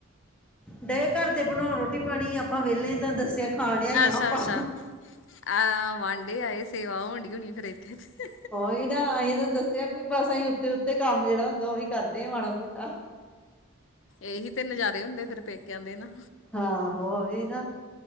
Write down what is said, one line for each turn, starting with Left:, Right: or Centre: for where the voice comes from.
Centre: ਡਏ ਘਰ ਤੇ ਬਣਾਓ ਰੋਟੀ ਪਾਣੀ, ਆਪਾਂ ਵਿਹਲੇ ਤਾਨੂੰ ਦੱਸਿਆ ਖਾਣਿਆਂ ਹੀ ਆ
Left: ਅੱਛਾ
Centre: ਆਪਾਂ।
Left: ਅੱਛਾ ਆ ਵਾਂਢੇ ਆਏ ਸੇਵਾ ਹੋਣ ਡਈ ਹੋਣੀ ਫਿਰ ਇੱਥੇ ਤੇ।
Centre: ਉਹੀ ਦਾ, ਅਸੀਂ ਤੁਨੂੰ ਦੱਸਿਆ ਵੀ, ਬਸ ਅਸੀਂ ਉੱਤੇ ਉੱਤੇ ਕੰਮ ਜਿਹੜਾ ਹੁੰਦਾ ਉਹੀ ਕਰਦੇ ਆ ਮਾੜਾ ਮੋਟਾ।
Left: ਇਹੀ ਤੇ ਨਜ਼ਾਰੇ ਹੁੰਦੇ ਫੇਰ, ਪੇਕਿਆਂ ਦੇ ਨਾ।
Centre: ਹਾਂ ਹੋਹੀ ਨਾ,